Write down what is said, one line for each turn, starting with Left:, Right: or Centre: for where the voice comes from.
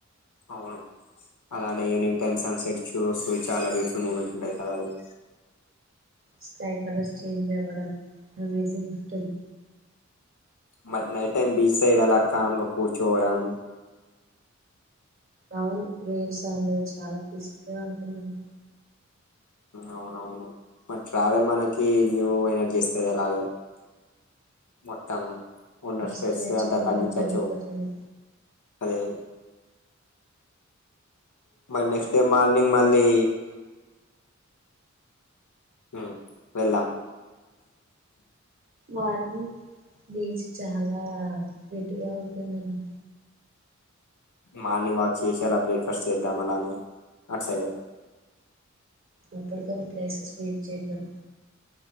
Left: అవును అలానే ఈవినింగ్ టైమ్ సన్సెట్ చూస్తు చాలా బ్యూటిఫుల్ మూమెంట్ ఉంటది కదా అన్
Right: స్కై కలర్స్ చేంజ్ అవ్వడం అమేజింగ్ గిఫ్ట్ అది
Left: మ నైట్ టైమ్ బీచ్ సైడ్ అలా కామ్ గా కూర్చోవడం
Right: అవును వేవ్ సౌండ్ చాలా పీస్ఫుల్ గా ఉంటుందండి
Left: అవునవును మ ట్రావెల్ మనకి న్యూ ఎనర్జీ ఇస్తది అలాగే మొత్తం ఉన్న స్ట్రెస్
Right: స్ట్రెచ్
Left: అంతా
Right: కొంచెం
Left: తగ్గించచ్చు
Right: తగ్గిపోతుంది
Left: అదే మరి నెక్స్ట్ డే మార్నింగ్ మళ్ళీ హుమ్ వెళ్దాం
Right: మార్నింగ్ బీచ్ చాలా నీట్ గా ఉంటుంది అని
Left: మార్నింగ్ వాక్ చేసి అలా బ్రేక్ఫాస్ట్ చేద్దాం అలానే అటుసైడే
Right: ఇప్పుడుకన్నా ప్లేసెస్ ఫీడ్ చేద్దాం